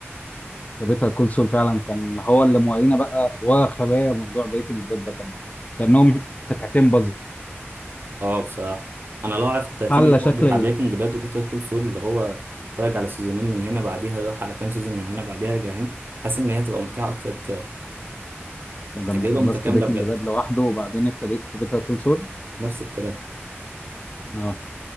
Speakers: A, on the left; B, on the right.
A: كابيتال كول سول فعلا كان هو اللي موعينا بقى وخبايا موضوع بريكنج باد ده كان كانهم قطعتين بازل
B: اه بصراحه انا لو عرفت الترتيب
A: حل
B: الاول
A: شكل
B: بتاع
A: ال...
B: بريكنج باد وبيتر كول سول اللي هو اتفرج على سيزونين من هنا بعديها اروح على كام سيزون من هنا بعديها ارجع هنا حاسس ان هي هتبقى ممتعه اكتر كتير
A: يعني لما
B: تجربه
A: خلصت
B: متكامله
A: بريكنج
B: بجد
A: باد لوحده وبعدين ابتديت في بيتر كول سول
B: نفس الكلام
A: اه